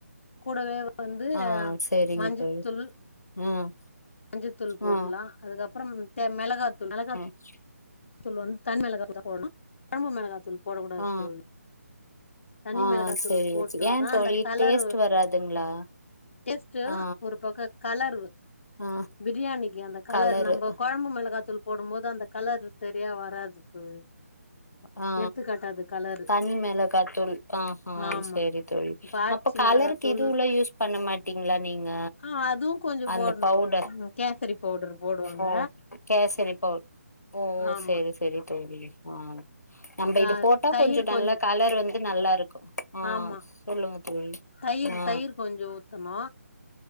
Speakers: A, on the left (about 50°); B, on the left (about 85°).
A: கூடவே வந்து
B: ஆ சேரிங்க
A: மஞ்சத்
B: தோழி
A: துள்
B: ம்
A: மஞ்சுத்தூள் போட்லா
B: ஆ
A: அதுக்கப்றோம் தெ மெளகாத்தூள் மெளகா
B: <inaudible>
A: தூள் வந்த் தன் மெளகா தூள் போட்ணு கொழம்பு மெளகா தூள் போட கூடாது
B: ஆ
A: தோழி தனி
B: ஆ
A: மெளகாத்தூள்
B: சேரி
A: போட்டாதா
B: ஓகே ஏன் தோழி
A: அந்த கலரு
B: டேஸ்ட் வராதுங்களா
A: டேஸ்ட்டு
B: ஆ
A: ஒரு பக்கோ கலரு
B: ஆ
A: பிரியாணிக்கு அந்த கலர்
B: கலரு
A: நம்ப கொழம்பு மெளகாத்தூள் போடும்போது அந்த கலரு சரியா வராது தோழி
B: ஆ
A: எடுத்துக்காட்டாது கலரு
B: தனி மெளகாத்தூள் ஆஹா
A: ஆமா
B: செரி தோழி
A: இப்ப ஆச்சி
B: அப்ப கலருக்கு
A: மிளகாத்தூள்
B: இதுல யூஸ் பண்ண மாட்டீங்ளா நீங்க
A: ஆ அதுவும் கொஞ்சம்
B: அந்த
A: போடணும்
B: பவுடர்
A: கேசரி பவுடர் போடுவாங்க
B: ஓ கேசரி பவுட் ஓ
A: ஆமா
B: செரி செரி தோழி ஆ நம்ப
A: க
B: இது போட்டா
A: தயிர்
B: கொஞ்சோ நல்லா
A: கொஞ்ச
B: கலர் வந்து நல்லாருக்கு ஆ
A: ஆமா
B: சொல்லுங்க தோழி
A: தயிர்
B: ஆ
A: தயிர் கொஞ்சோ ஊத்தணு